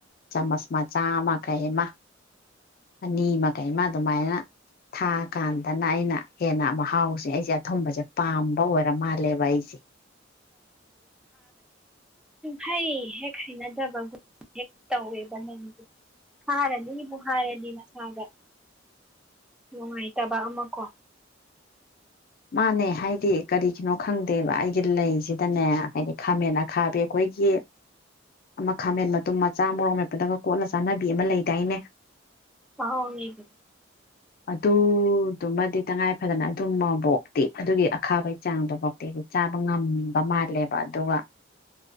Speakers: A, on the left; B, in the centre.
A: ꯆꯥꯃꯁ ꯃꯥꯆꯥ ꯑꯃ ꯀꯩ ꯑꯃ ꯑꯅꯤꯃ ꯀꯩ ꯑꯃ ꯑꯗꯨꯃꯥꯏꯅ ꯊꯥꯀꯥꯟꯗꯅ ꯑꯩꯅ ꯍꯦꯟꯅ ꯃꯍꯥꯎꯁꯦ ꯑꯩꯁꯦ ꯑꯊꯨꯝꯕꯁꯦ ꯄꯥꯝꯕ ꯑꯣꯏꯔ ꯃꯥꯜꯂꯦꯕ ꯑꯩꯁꯦ
B: ꯍꯩ ꯍꯦꯛ ꯍꯩꯅꯗꯕꯒꯨꯝ ꯍꯦꯛ ꯇꯧꯋꯦꯕ ꯅꯪꯁ ꯈꯥꯔꯅꯤꯕꯨ ꯍꯥꯏꯔꯗꯤ ꯅꯪ <unintelligible> ꯅꯨꯡꯉꯥꯏꯇꯕ ꯑꯃ ꯀꯣ
A: ꯃꯥꯅꯦ ꯍꯥꯏꯗꯤ ꯀꯔꯤꯒꯤꯅꯣ ꯈꯪꯗꯦꯕ ꯑꯩꯒꯤ ꯂꯩꯁꯤꯗꯅꯦ ꯍꯥꯏꯗꯤ ꯈꯥꯃꯦꯟ ꯑꯈꯥꯕꯤ ꯑꯈꯣꯏꯒꯤ ꯑꯃ ꯈꯥꯃꯦꯟ ꯃꯇꯨꯝ ꯃꯆꯥ ꯃꯔꯣꯛ ꯃꯦꯠꯄꯗꯒ ꯀꯣꯠꯂ ꯆꯥꯅꯕꯤ ꯑꯃ ꯂꯩꯗꯥꯏꯅꯦ
B: <unintelligible>
A: ꯑꯗꯨꯗꯨꯃꯗꯤ ꯇꯉꯥꯏ ꯐꯗꯅ ꯑꯗꯨꯝꯃꯕꯣ ꯇꯤ ꯑꯗꯨꯒꯤ ꯑꯈꯥꯕꯩ ꯆꯥꯡꯗꯣꯐꯧꯗꯤ ꯆꯥꯕ ꯉꯝꯕ ꯃꯥꯜꯂꯦꯕ ꯑꯗꯨꯒ